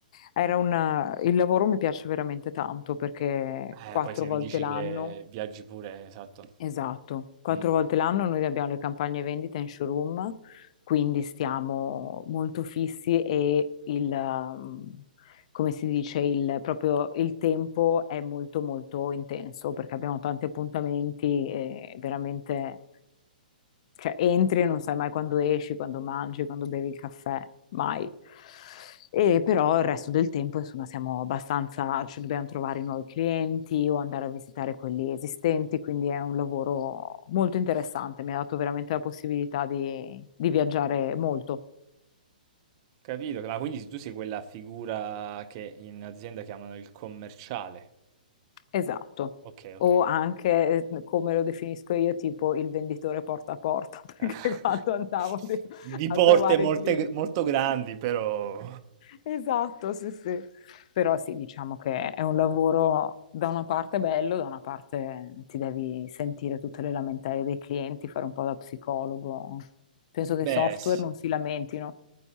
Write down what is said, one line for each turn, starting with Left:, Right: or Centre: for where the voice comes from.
Left: era una- il lavoro mi piace veramente tanto perché
Right: Eh,
Left: quattro
Right: poi se
Left: volte
Right: mi dici
Left: l'anno,
Right: che viaggi pure esatto.
Left: esatto, quattro
Right: Mh.
Left: volte l'anno noi abbiamo le campagne vendita in showroom, quindi stiamo molto fissi e il, um, come si dice, il, proprio il tempo è molto molto intenso perché abbiamo tanti appuntamenti e veramente... Cioè, entri e non sai mai quando esci, quando mangi, quando bevi il caffè, mai. E però il resto del tempo, insomma, siamo abbastanza, ci dobbiamo trovare nuovi clienti o andare a visitare quelli esistenti, quindi è un lavoro molto interessante, mi ha dato veramente la possibilità di, di viaggiare molto.
Right: Capito, ma quindi tu sei quella figura che in azienda chiamano il commerciale.
Left: Esatto.
Right: Okay, okay.
Left: O anche, eh, come lo definisco io, tipo il venditore porta a porta, <laughs>
Right: Eh.
Left: perché
Right: <laughs>
Left: quando andavo de-
Right: Di
Left: a
Right: porte
Left: trovare
Right: molte
Left: i clienti.
Right: g molto grandi, però
Left: Esatto, sì, sì. Però sì, diciamo che è un lavoro da una parte bello, da una parte ti devi sentire tutte le lamentele dei clienti, fare un po' da psicologo. Penso che
Right: Beh,
Left: i software
Right: s
Left: non si lamentino.